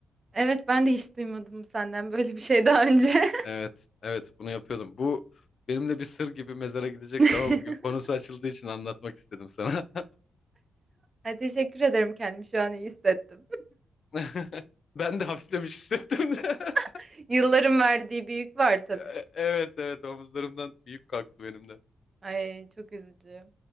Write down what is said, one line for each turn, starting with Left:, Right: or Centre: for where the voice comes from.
Right: Evet ben de hiç duymadım senden böyle bir şey daha önce.
Left: Evet, evet bunu yapıyordum. Bu benimle bir sır gibi mezara gidecekti
Right: <laughs>
Left: ama bugün konusu açıldığı için anlatmak istedim sana.
Right: Ay, teşekkür ederim kendimi şu an iyi hissettim.
Left: <laughs> Ben de hafiflemiş hissettim. <laughs>
Right: <laughs> Yılların verdiği bir yük var tabii.
Left: E- Evet evet omuzlarımdan büyük kalktı benim de.
Right: Ay çok üzücü.